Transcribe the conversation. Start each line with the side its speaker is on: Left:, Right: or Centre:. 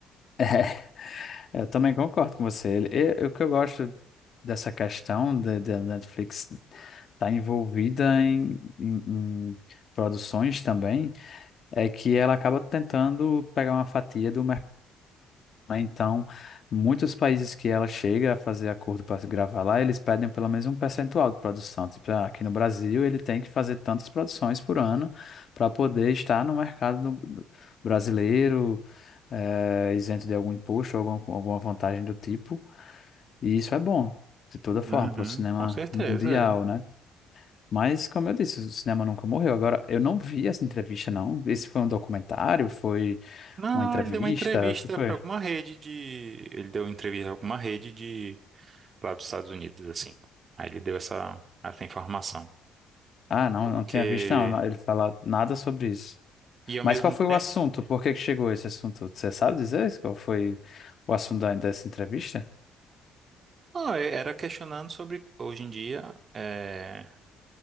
Left: <laughs> Eu também concordo com você. Ele- e- o que eu gosto dessa questão da da Netflix estar envolvida em, em- em produções também é que ela acaba tentando pegar uma fatia do mercado. né? Então, muitos países que ela chega a fazer acordo para gravar lá, eles pedem pelo menos um percentual de produção. Tipo, ah, aqui no Brasil, ele tem que fazer tantas produções por ano para poder estar no mercado do- do- brasileiro, eh, isento de algum imposto, alguma, alguma vantagem do tipo. E isso é bom, de toda forma,
Right: Uhum,
Left: para o cinema
Right: com certeza,
Left: mundial,
Right: é.
Left: né? Mas, como eu disse, o cinema nunca morreu. Agora, eu não vi essa entrevista, não. Esse foi um documentário? Foi
Right: Não,
Left: uma entrevista?
Right: ele deu uma entrevista
Left: O que foi?
Right: pra alguma rede de, ele deu entrevista a alguma rede de lá dos Estados Unidos, assim. Aí ele deu essa essa informação,
Left: Ah, não,
Right: porque
Left: não tinha visto, não. Ele fala nada sobre isso.
Right: e ao
Left: Mas
Right: mesmo
Left: qual foi
Right: tempo,
Left: o assunto? Por que que chegou esse assunto? Você sabe dizer qual foi o assunto da- dessa entrevista?
Right: não, era questionando sobre hoje em dia é,